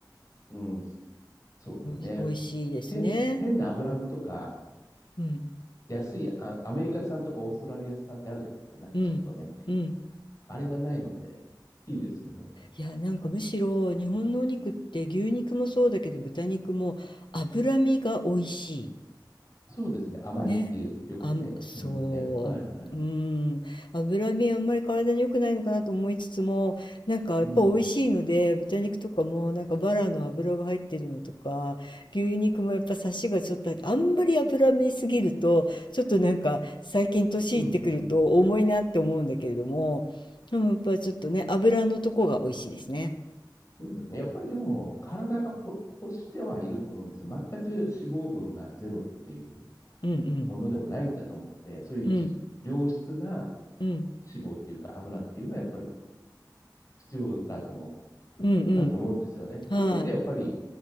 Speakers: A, on the left; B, on the left.
A: うん、そうですね。
B: おいし、美味しいですね。
A: へ、変な脂身とか、
B: うん。
A: 安いあ、アメリカ産とかオーストラリア産ってあるじゃないですか。なんかちょっとねっていう。
B: うん。うん。
A: あれがないので、いいですよね。
B: いや、なんかむしろ日本のお肉って牛肉もそうだけど豚肉も脂身が美味しい。
A: そうですね。甘いっていう、
B: ね、
A: よくね、
B: あん、そう、
A: 言いますね。はいはい。
B: うーん、脂身あんまり体に良くないのかなと思いつつも、なんかやっぱ美味しいので、
A: うん。
B: 豚肉とかもなんかバラの脂が入ってるのとか、牛肉もやっぱサシがちょっとあって、あんまり脂身すぎると、ちょっとなんか最近年いってくると重いなって思うんだけれども、
A: うん、うん。
B: でもやっぱちょっとね、脂のとこが美味しいですね。
A: そうですね。やっぱりでも、体がほ欲してはいると思うんですよ。全く脂肪分がゼロっていう
B: うんうん、
A: ものでもないんだと思うんで、そういうじ良質な
B: うん、うん、
A: 脂肪っていうか油っていうのはやっぱり必要だと思
B: うん、
A: う、だと思うんですよね。そうするとやっぱり
B: うん、はい、